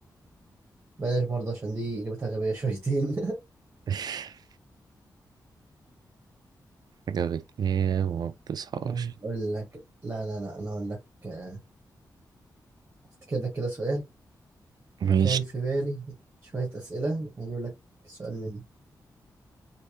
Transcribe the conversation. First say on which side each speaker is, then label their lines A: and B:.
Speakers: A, on the right (about 35°); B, on the right (about 65°).
A: بلاش برضه عشان دي اجابتها غبية شويتين <laughs>
B: <laughs> حاجة بتنام وما بتصحاش
A: اقول لك لا لا لا انا اقول لك آه، افتكر لك كده سؤال
B: ماشي
A: كان في بالي شوية أسئلة هجيب لك سؤال مني